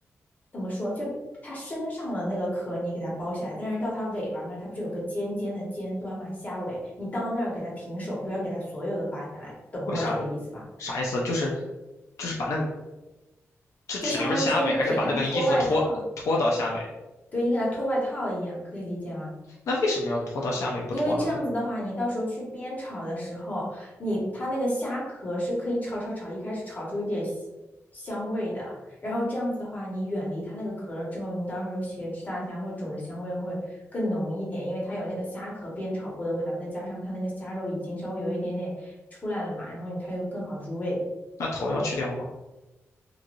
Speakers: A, on the left; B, on the left.
A: 怎么说？就它身上的那个壳你给它剥下来，但是到它尾巴那儿，它不是有个尖尖的尖端嘛，虾尾，你到那儿给它停手，不要给它所有的扒下来，懂我这个意思吧？
B: 为啥？啥意思？就是就是把那个就只留着虾尾，
A: 就相当于说你给他脱外套，
B: 还是把那个衣服脱脱到虾尾？
A: 对你给他脱外套一样，可以理解吗？
B: 那为什么要脱到虾尾不脱了呢？
A: 因为这样子的话，你到时候去煸炒的时候，你它那个虾壳是可以炒炒炒，一开始炒出一点香香味的。然后这样子的话，你远离它那个壳了之后，你到时候茄汁大虾或者肘子香味会更浓一点，因为它有那个虾壳煸炒过的味道，再加上它那个虾肉已经稍微有一点点出来了嘛，然后它又更好入味。
B: 那头要去掉吗？